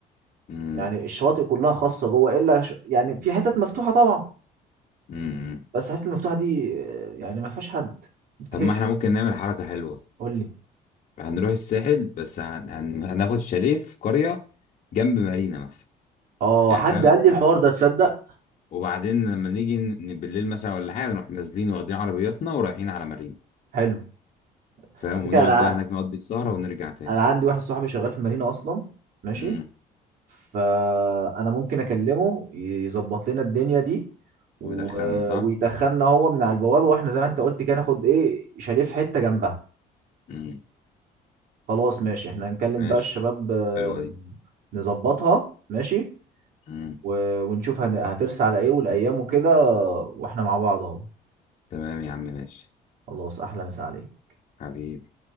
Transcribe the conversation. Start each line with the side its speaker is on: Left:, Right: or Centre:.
Left: مم.
Right: يعني الشواطئ كلها خاصه جوه الا ش... يعني في حتت مفتوحه طبعا
Left: مم.
Right: بس الحتت المفتوحه دي آه، يعني ما فيهاش حد بتهش
Left: طب ما احنا ممكن نعمل حركة حلوة
Right: قول لي
Left: هنروح الساحل بس هن... هن... هناخد شاليه في قرية جنب مارينا مثلا
Right: اه
Left: يعني
Right: حد
Left: فاهم
Right: قال
Left: و-
Right: لي الحوار ده تصدق
Left: وبعدين لما نيجي ن- بالليل مثلا ولا حاجة نروح نازلين واخدين عربياتنا ورايحين على مارينا
Right: حلو
Left: فاهم
Right: على فكره
Left: ونقعد
Right: انا
Left: بقى
Right: ع-
Left: هناك نقضي السهرة ونرجع تاني
Right: انا عندي واحد صاحبي شغال في مارينا اصلا ماشي
Left: مم.
Right: فانا ممكن اكلمه يظبط لنا الدنيا دي و...
Left: ويدخلنا صح؟
Right: ويدخلنا هو من على البوابه واحنا زي ما انت قلت كده ناخد ايه شاليه في حته جنبها
Left: مم.
Right: خلاص ماشي احنا هنكلم
Left: ماشي
Right: بقى الشباب آه،
Left: حلوة دي
Right: نظبطها ماشي
Left: مم.
Right: و... ونشوف هن... هترسى على ايه والايام وكده واحنا مع بعض اهو
Left: تمام يا عم ماشي
Right: خلاص احلى مسا عليك
Left: حبيبي